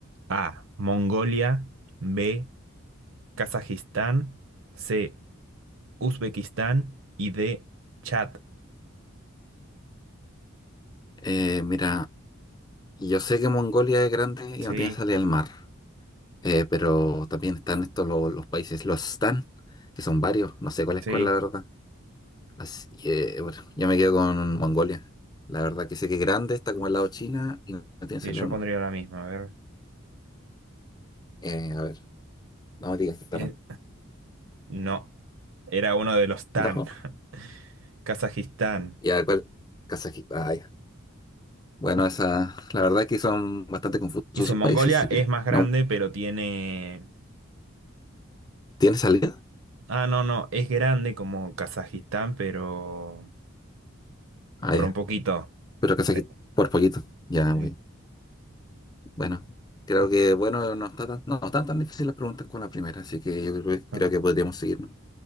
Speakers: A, on the right; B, on the left.
A: A. Mongolia. B. Kazajistán. C. Uzbekistán. Y D. Chad.
B: Eh, mira, yo sé que Mongolia es grande y
A: Sí,
B: no tiene salida al mar, eh, pero también están estos lo- los, países, los Stan, que son varios, no sé cuál es
A: sí,
B: cuál, la verdad. Así que, bueno, yo me quedo con Mongolia. La verdad que sé que es grande, está como al lado de China y no tiene salida
A: sí, yo
B: al
A: pondría
B: mar.
A: la misma. A ver.
B: Eh, a ver, no me digas que está
A: Eh,
B: mal.
A: no, era uno de los tan.
B: No,
A: <laughs> Kazajistán.
B: y a cuál, Kazajistán. Ah, ya. Bueno, esa, la verdad que son bastante confusos esos
A: Dice, Mongolia
B: países, así que
A: es más grande,
B: no,
A: pero tiene
B: ¿tiene salida?
A: Ah, no, no, es grande como Kazajistán, pero
B: Ah,
A: por
B: ya.
A: un poquito.
B: Pero Kazajistán,
A: Sí,
B: por poquito, ya, güey.
A: sí.
B: Bueno, creo que bueno, no está tan, no, no están tan difíciles las preguntas como la primera, así que yo creo que, creo
A: Ah,
B: que podríamos seguirnos.